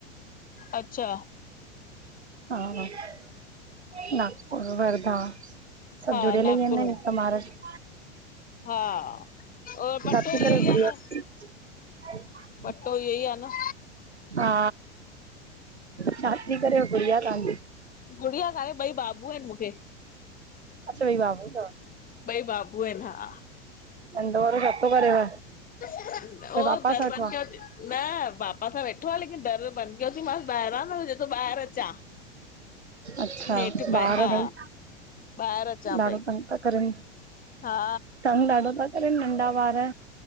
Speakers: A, on the left (about 25°); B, on the right (about 80°).
A: अच्छा
B: हा- हा न वर्धा सभु
A: हा
B: जुड़ेल
A: नागपुर
B: ई आहे न
A: में
B: महाराष्ट्र
A: हा और पटो
B: छा थी
A: ई
B: करे
A: योइ
B: गुड़िया
A: आ न
B: <inaudible>
A: वटो ई इ ई आहे न
B: हा छा थी करे गुड़िया तहांजी?
A: गुड़िया काने ॿई बाबू आहिन मूंखे।
B: अच्छा ॿई बाबू तव?
A: भई बाबू आहिन न हा।
B: नंढो वारो छा तो करेव?
A: उहो
B: पापा
A: दर
B: सां अठवा?
A: बंदि कयो थी न पापा सां वेठो आहे लेकिन दर बंदि कयोथी मसि ॿाहिरां न हु ॿाहिर अचां।
B: अच्छा
A: हेठि भई
B: ॿार
A: हा
B: ॿई?
A: ॿाहिरि अचां
B: ॾाढो
A: पई
B: तंग था करनि
A: हा
B: तंग ॾाढो था करनि नंढा ॿार।